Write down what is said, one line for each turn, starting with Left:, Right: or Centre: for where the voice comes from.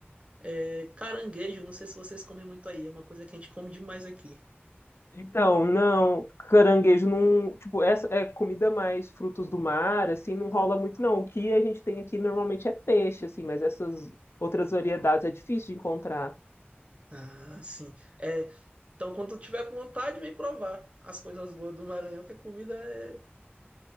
Right: É, caranguejo, não sei se vocês comem muito aí, é uma coisa que a gente come demais aqui.
Left: Então, não, caranguejo não, tipo, essa é comida mais frutos do mar, assim, não rola muito não. O que a gente tem aqui normalmente é peixe, assim, mas essas outras variedades é difícil de encontrar.
Right: Ah, sim. É, então, quando tu tiver com vontade, vem provar as coisas boas do Maranhão, que a comida é,